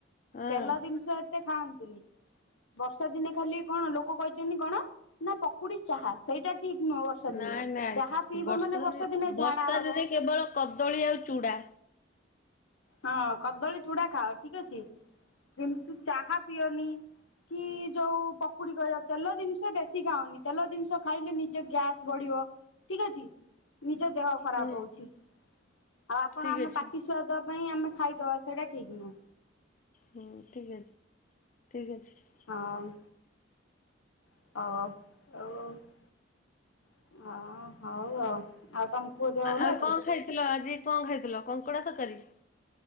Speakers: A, on the left; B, on the left.
A: ହଁ।
B: ତେଲ ଜିନ୍‌ଷ ଏତେ ଖାଆନ୍ତୁନି, ବର୍ଷା ଦିନେ ଖାଲି କ'ଣ ଲୋକ କହିଚନ୍ତି କ'ଣ ନା ପକୁଡ଼ି। ଚାହା ସେଇଟା ଠିକ୍ ନୁହଁ ବର୍ଷା
A: ନାଇଁ
B: ଦିନେ।
A: ନାଇଁ
B: ଚାହା ପିଇବ
A: ବର୍ଷା
B: ମାନେ
A: ରେ,
B: ଦିନେ
A: ବର୍ଷା
B: ଝାଡା ହବ
A: ଦିନେ କେବଳ କଦଳୀ ଆଉ ଚୁଡ଼ା।
B: ହଁ କଦଳୀ, ଚୁଡ଼ା ଖାଅ ଠିକ୍ ଅଛି କିନ୍ତୁ ଚାହା ପିଅନି। କି ଯଉ ପକୁଡ଼ି କହି, ତେଲ ଦିନ୍‌ଷ ବେଶି ଖାଅନି। ତେଲ ଦିନ୍‌ଷ ଖାଇଲେ ନିଜ ଗ୍ୟାସ୍ ବଢ଼ିବ। ଠିକ୍ ଅଛି, ନିଜ ଦେହ ଖରାପ୍
A: ହୁଁ
B: ହଉଚି। ଆଉ ଆପଣ
A: ଠିକ
B: ଆମ
A: ଅଛି
B: ପାଟି ସୁୁଆ ପାଇଁ ଆମେ ଖାଇ ଦବା, ସେଇଟା ଠିକ୍ ନୁହୁଁ।
A: ହୁଁ, ଠିକ୍ ଅଛି ଠିକ୍ ଅଛି।
B: ହଁ! <inaudible> <inaudible>
A: ଆଉ
B: ଅଛି
A: ଙ୍କ ଖାଇଥିଲ, ଆଜି ଙ୍କ ଖାଇଥିଲ? କଙ୍କଡ଼ା ତକାରି।